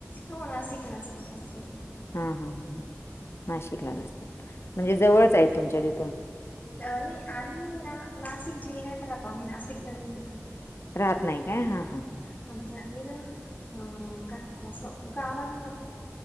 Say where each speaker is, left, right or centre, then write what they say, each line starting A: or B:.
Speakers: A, on the left (about 35°); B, on the left (about 55°).
A: हो नाशिकलाच राहतात ते पण.
B: हां हां ह नाशिकलाच राहतात म्हणजे जवळच आहेत तुमच्या तिथून
A: अ नाही आम्ही ना नाशिक जिल्ह्यात राहतो आम्ही नाशिकमध्येन नाही राहत
B: राहत नाही काय हा हा ह
A: ह म्हणजे आम्ही ना अ काय म्हणतो असं गावाला राहतो